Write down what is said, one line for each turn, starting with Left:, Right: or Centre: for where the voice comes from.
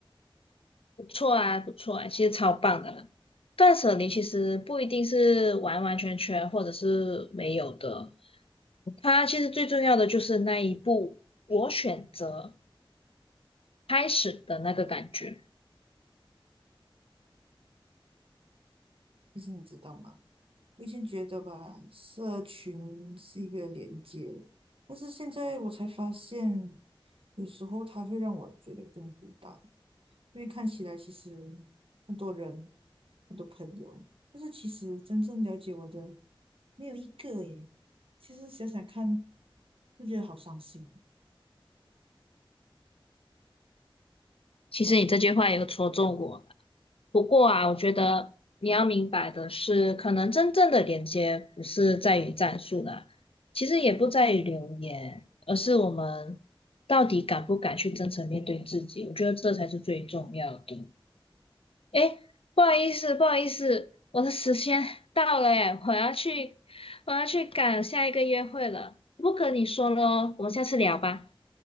Left: 不错啊，不错啊，其实超棒的啦断舍离其实不一定是完完全全或者是没有的，它其实最重要的就是那一步，我选择开始的那个感觉。
Right: 其实你知道吗？我以前觉得吧，社群是一个连接，但是现在我才发现，有时候它会让我觉得更孤单，因为看起来其实很多人、很多朋友，但是其实真正了解我的。没有一个诶。其实想想看，就觉得好伤心。
Left: 其实你这句话也有戳中我，不过啊，我觉得你要明白的是，可能真正的连接不是在于战术啦，其实也不在于留言，而是我们到底敢不敢去真诚面对自己。我觉得这才是最重要的。诶，不好意思，不好意思，我的时间 <laughs> 到了，诶，我要去，我要去赶下一个约会了。不跟你说喽，我们下次聊吧。